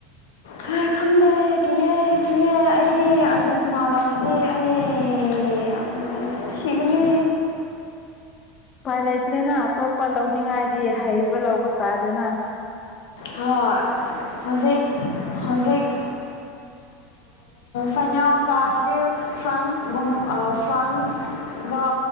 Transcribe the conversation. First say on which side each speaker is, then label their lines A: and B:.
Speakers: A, on the left; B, on the left.
A: ꯐ ꯈꯪꯗꯦ ꯀꯤꯑꯦ ꯀꯤꯑꯦ ꯑꯩꯗꯤ ꯑꯥꯔꯖꯦꯟꯇꯅ ꯂꯧꯔꯗꯤ ꯑꯩ ꯌꯥꯝ ꯁꯤꯒꯅꯤ
B: ꯎꯄꯥꯏ ꯂꯩꯇ꯭ꯔꯦꯅ ꯑꯇꯣꯞꯄ ꯂꯧꯅꯤꯡꯉꯥꯏꯗꯤ ꯍꯩꯕ ꯂꯧꯕ ꯇꯥꯔꯦꯅ
A: ꯍꯣꯏ ꯍꯧꯖꯤꯛ ꯍꯧꯖꯤꯛ ꯐꯥꯏꯅꯥꯜ ꯀꯥꯔꯗꯤ ꯐ꯭ꯔꯥꯟꯁꯒꯨꯝ ꯐ꯭ꯔꯥꯟꯁꯒ